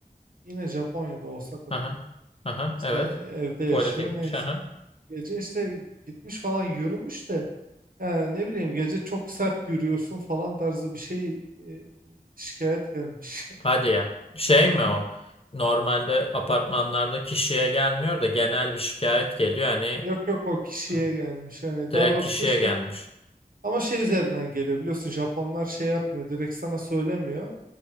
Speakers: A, on the right; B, on the left.
A: Yine Japonya'da Osaka'da.
B: Aha. Aha,
A: İşte
B: evet.
A: evde yaşıyor
B: Tuvalete gitmiş.
A: neyse.
B: Aha.
A: Gece işte gitmiş falan yürümüş de ya ne bileyim gece çok sert yürüyorsun falan tarzı bir şey e, şikayet gelmiş.
B: Hadi ya. Şey mi o?
A: <laughs>
B: Normalde apartmanlarda kişiye gelmiyor da genel bir şikayet geliyor. Hani
A: Yok yok o kişiye
B: eh,
A: gelmiş hani
B: direkt
A: daha doğrusu
B: kişiye
A: işte
B: gelmiş.
A: ama şey üzerinden geliyor biliyorsun Japonlar şey yapmıyor direkt sana söylemiyor.